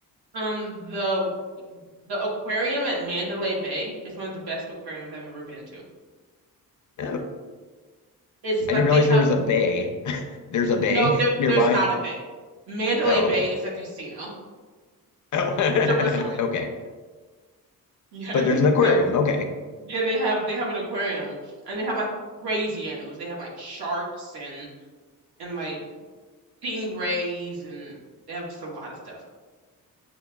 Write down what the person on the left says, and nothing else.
Oh,
I
didn't realize
there
was a bay. There's a bay
<laughs> nearby.
Oh,
okay.
Oh.
<laughs> Okay.
But there's
an aquarium. Okay.